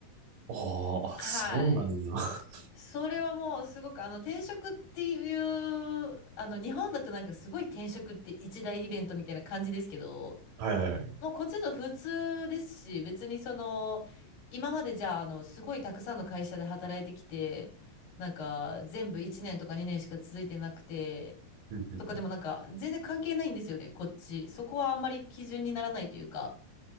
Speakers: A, on the right; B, on the left.
A: ああ、
B: はい。
A: あ、そうなんや。<laughs>
B: それはもうすごく、あの、転職っていう、あの、日本だとなんかすごい転職って一大イベントみたいな感じですけど、
A: はいはいはい。
B: もうこっちの普通ですし、別にその、今までじゃあ、あの、すごいたくさんの会社で働いてきて、なんか、全部1年とか2年しか続いてなくて、
A: うんうん
B: とかでもなんか、全然関係ないんですよね、こっち。そこはあんまり基準にならないというか。